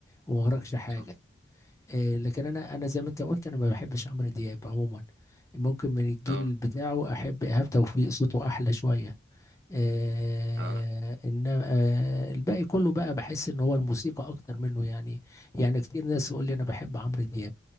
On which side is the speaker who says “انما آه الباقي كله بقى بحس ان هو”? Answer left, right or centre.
Left